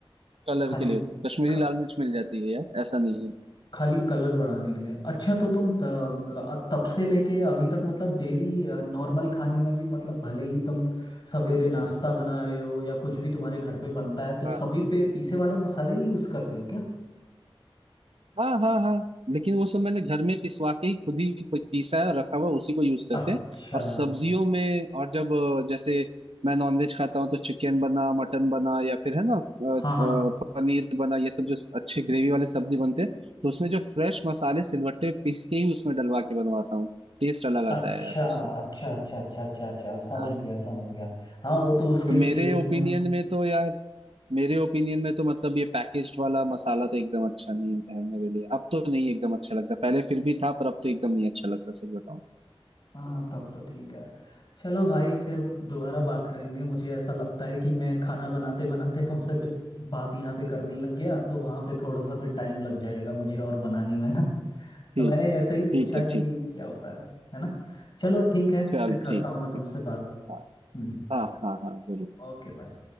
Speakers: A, on the right; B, on the left.
A: कलर
B: खाली
A: के लिए तो कश्मीरी
B: ख-
A: लाल मिर्च मिल जाती है यार ऐसा नहीं
B: खाली कलर बढ़ाने के लिए अच्छा तो तुम त-
A: है
B: तब से लेके अभी तक मतलब डेली नॉर्मल खाने में भी मतलब भले ही तुम सवेरे नाश्ता बना रहे हो या कुछ भी तुम्हारे घर पे बनता है तो
A: हाँ
B: सभी पे पीसे वाले मसाले ही यूज करते हो क्या
A: हाँ हाँ हाँ लेकिन वो सब मैंने घर में पिसवा के ही खुद ही पीसा है और रखा हुआ है, उसी को यूज करते
B: अच्छा
A: हैं और सब्जियों में और जब अ, जैसे मैं नॉनवेज खाता हूँ तो चिकन बना मटन बना या फिर है ना अ,
B: हाँ
A: अ,
B: हाँ
A: पनीर बना ये सब जो अच्छे ग्रेवी वाले सब्जी बनते हैं तो उसमें जो फ्रेश मसाले सिलवट्टे पीस के ही उसमें डलवा के बनवाता हूँ टेस्ट अलग
B: अच्छा
A: आता है यार उससे
B: अच्छा अच्छा अच्छा अच्छा अच्छा समझ
A: हाँ
B: गया समझ गया हाँ वो तो उसके
A: तो मेरे
B: टेस्ट
A: ओपिनियन
B: में
A: में तो यार मेरे ओपिनियन में तो मतलब ये पैकेज्ड वाला मसाला तो एकदम अच्छा नहीं है मेरे लिए अब तो नहीं एकदम अच्छा लगता पहले फिर भी था पर अब तो एकदम नहीं अच्छा लगता सच बताऊं
B: हाँ तब तो ठीक है चलो भाई फिर दोबारा बात करेंगे मुझे ऐसा लगता है कि मैं खाना बनाते बनाते तुमसे भी- बात यहाँ पे करने लग गया तो वहाँ पे थोड़ा सा फिर टाइम लग जाएगा मुझे और बनाने में ना <laughs>
A: ठीक
B: तो मैंने ऐसे ही पूछा
A: ठीक है
B: कि
A: ठीक है
B: क्या होता है है ना चलो ठीक है
A: चल
B: फिर करता
A: ठीक
B: हूँ
A: है ठीक
B: मैं तुमसे बात
A: हाँ
B: हम्म,
A: हाँ हाँ हाँ जरूर
B: ओके बाय